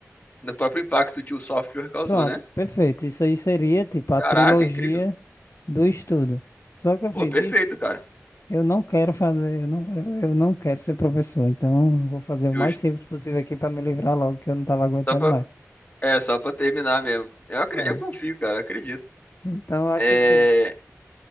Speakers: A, on the left; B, on the left.
A: do próprio impacto que o software causou,
B: Pronto,
A: né?
B: perfeito. Isso aí seria tipo a
A: Caraca,
B: trilogia
A: incrível.
B: do estudo. Só que eu fiz,
A: Pô, perfeito,
B: bicho,
A: cara.
B: eu não quero fazer, eu não, eu, eu não quero ser professor, então eu vou fazer o
A: Justo.
B: mais simples possível aqui para me livrar logo que eu não tava aguentando
A: Só pra,
B: mais.
A: é, só pra terminar mesmo. Eu, acre-
B: É,
A: eu confio, cara, acredito.
B: então eu acho
A: É...
B: assim.